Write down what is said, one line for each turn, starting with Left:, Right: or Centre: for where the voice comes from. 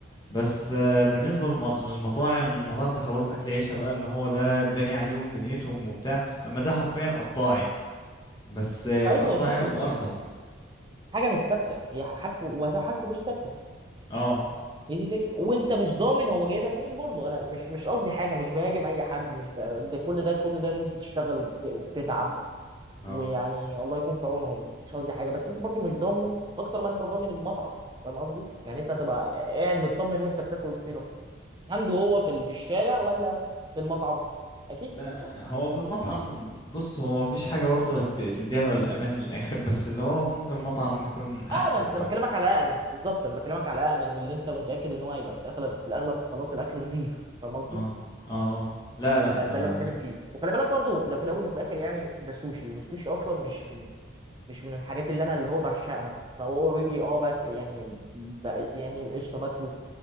Left: بس آه، بالنسبة للم- للمطاعم المطاعم ده خلاص أكل عيشها بقى إن هو ده باني عليهم دنيتهم وبتاع أما ده حرفيا قطاعي بس
Right: ايوه
Left: قطعي
Right: صح
Left: وارخص
Right: مظبوط حاجه مش ثابته هي حاجته وحاجته مش ثابته
Left: اه
Right: هي دي فكره وانت مش ضامن هو جايبها منين برضه انا مش مش قصدي حاجه مش بهاجم اي حد مش ب... ده كل ده كل ده الناس بتشتغل وبت... وبتتعب
Left: اه
Right: ويعني الله يكون في عونهم مش قصدي حاجه بس انت برضو مش ضامنه اكتر ما انت ضامن المطعم فاهم قصدي؟ يعني انت هتبقى قاعد مطمن وانت بتاكل فين اكتر عنده هو في ال- في الشارع ولا في المطعم؟ اكيد
Left: لا
Right: في المطعم
Left: هو في المطعم بص هو مفيش حاجه برضه هت- تديها الامان للاخر بس اللي هو ممكن مطعم يكون احسن
Right: امن
Left: شويه
Right: انا بكلمك على امن بالظبط انا بكلمك على امن واللي انت متاكد ان هو هيبقى في الاغلب في الاغلب خلاص الاكل نظيف فاهم قصدي؟
Left: اه اه اه لا
Right: ده
Left: لا
Right: ده
Left: آه.
Right: ده اللي بتكلم فيه وخلي بالك برضو ده في الاول وفي الاخر يعني ده سوشي والسوشي اصلا مش من مش من الحاجات اللي انا اللي هو بعشقها فهو اوريدي اه باك يعني ب- يعني قشطه باكله